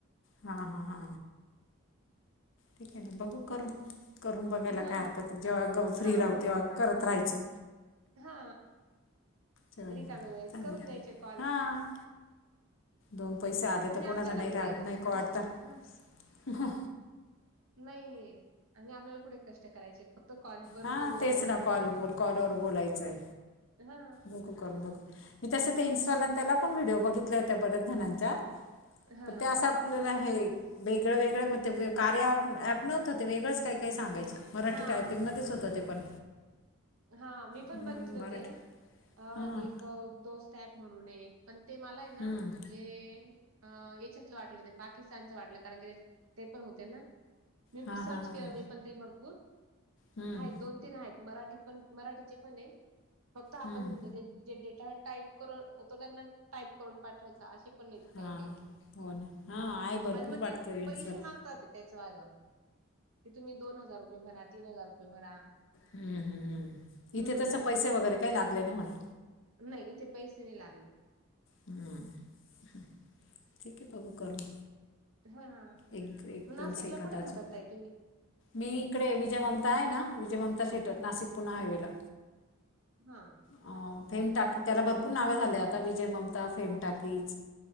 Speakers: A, on the left; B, on the right.
A: हा हा हा. ठीक आहे ना बघू करून करून बघायला
B: हा
A: काय हरकत आहे जेव्हा फ्री
B: हा
A: राहू तेव्हा करत राहायचं.
B: हा
A: चालेल
B: रिकाम्या वेळेत
A: चांगलं
B: करून द्यायचे कॉल.
A: हां दोन पैसे आले
B: आणि
A: तर
B: आपल्याला
A: कोणाला नाही
B: कुठे
A: राहत नाही का नको वाटत.
B: दुस हा नाही आणि आपल्याला कुठे कष्ट करायचे फक्त कॉलवर
A: हा
B: बोलणं
A: तेच
B: एवढंच
A: ना कॉल
B: आहे.
A: बोल कॉल वरबोलायचंय
B: हा
A: बघू करून बघू मी तस ते इनस्टॉल
B: हम्म
A: त्याला व्हिडिओ बघितल्या होत्या बऱ्याचर जणच्या
B: हा
A: त्या अस आप आपल्याला हे वेगळं वेगळं म्हण कार्य ऍप नव्हतं ते वेगळंच काय काय सांगायचं मराठी
B: हा
A: टायपिंगमध्येच होतं ते पण
B: हा मी पण
A: हम्म,
B: बघितले
A: मराठी
B: अ
A: हां
B: एक दोस्त ऑप म्हणून ऐ पण ते मला ऐ
A: हम्म,
B: ना म्हणजे ह याच्यातलं वाटलं ते पाकिस्तानच वाटलं कारण की ते पण होते ना मी
A: हां
B: सर्च
A: हां हां
B: केलं मी पण ते भरपूर
A: हम्म,
B: आहेत दोन तीन आहेत मराठी ण मराठीचे पण आहे फक्त आपण
A: हम्म,
B: हंदी जे डेटा टाईप करून होतो त्यांना टाईप करून पाठवायचा असे दे पण
A: हां
B: काय काय
A: हो ना हां आहे भरपूर
B: पण मग
A: वाटतं
B: ते पैसे
A: इन्स्टाला
B: मागतात ते त्याच वालं की तुम्ही दोन हजार रुपये भरा तीन हजार रुपये भरा
A: हम् हम्म हम्म
B: हम्म
A: इथे तस पैसे वगैरे काही लागले नाही म्हणा
B: नाही इथे पैसे नाही लागले
A: हम ह ठीक हे बघू करून
B: हा मग
A: एक एक दोन
B: नाशिकला
A: सेकंद
B: कुठे
A: अजून
B: जातात ताई तुम्ही
A: मी इकडे विजय ममता आहे ना विजय ममता थिएटर नाशिक पुणा हायवेला
B: हा
A: अ फेम टा त्याला भरपूर नावं झाले आता विजय ममता फेम टाकीज